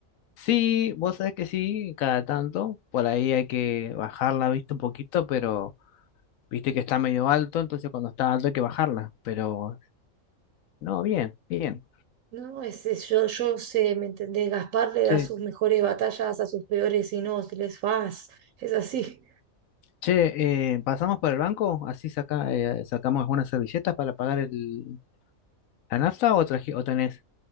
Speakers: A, on the left; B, on the right.
A: Sí, vos sabés que sí, cada tanto, por ahí hay que bajarla, viste, un poquito, pero... Viste que está medio alto, entonces cuando está alto hay que bajarla. Pero no, bien, bien.
B: No, ese, yo, yo sé, ¿me entendés? Gaspar le
A: Che,
B: da sus mejores batallas a sus peores inútiles. Faz. Es así.
A: che, eh, ¿pasamos por el banco? Así saca, eh, sacamos algunas servilletas para pagar el, la nafta o, traji- o tenés.